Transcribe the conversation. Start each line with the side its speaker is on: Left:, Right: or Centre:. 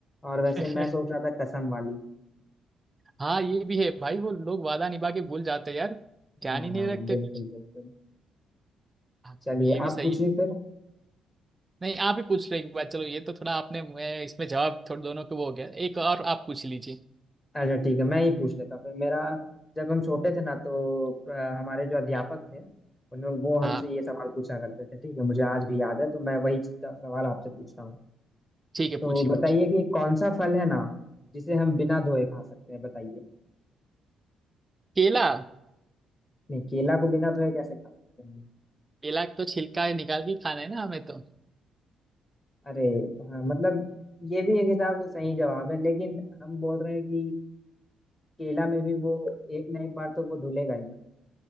Left: और वैसे
Right: है
Left: मैं सोच रहा था कसम वाली
Right: हाँ ये भी है भाई वो लोग वादा निभा के भूल जाते हैं यार ध्यान
Left: हाँ
Right: ही नहीं रखते
Left: बिल्कुल
Right: कुछ
Left: बिल्कुल
Right: हाँ,
Left: चलिए
Right: ये भी
Left: आप
Right: सही
Left: पूछिए
Right: है।
Left: फिर
Right: नहीं आप ही पूछ लो एक बार चलो ये तो थोड़ा आपने मैं इसमें जवाब थोड़े दोनों के वो हो गया एक और आप पूछ लीजिए
Left: अच्छा ठीक है मैं ही पूछ लेता हूँ फिर मेरा जब हम छोटे थे ना तो अ, हमारे जो अध्यापक थे उन वो हमसे
Right: हाँ
Left: ये सवाल पूछा करते थे ठीक है मुझे आज भी याद है तो मैं वही स- सवाल आपसे पूछता हूँ
Right: ठीक है
Left: तो
Right: पूछिए
Left: बताइए
Right: पूछिए
Left: कि कौन सा फल है ना जिसे हम बिना धोए खा सकते हैं बताइए
Right: केला
Left: नहीं केला को बिना धोए कैसे खा सकते हैं
Right: केला तो छिलका निकाल के खाना है ना हमें तो
Left: अरे हाँ मतलब ये भी एक हिसाब से सही जवाब है लेकिन हम बोल रहे हैं कि केला में भी वो एक ना एक बार तो वो धुलेगा ही ना